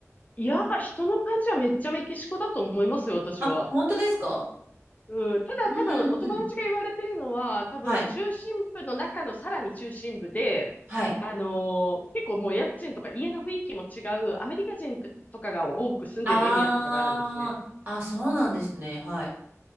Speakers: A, on the left; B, on the right.
A: いや、人の感じはめっちゃメキシコだと思いますよ、私は。
B: あ、本当ですか
A: うん、ただ多分お友達が言われてるのは、
B: うんうんうん。
A: 多分中心部の中のさらに中心部で、
B: はい。はい。
A: あのー結構もう家賃とか家の雰囲気も違う、アメリカ人とかが多く住んでるエリアとかがあるんですね。
B: あー、あ、そうなんですね。
A: うん、
B: はい。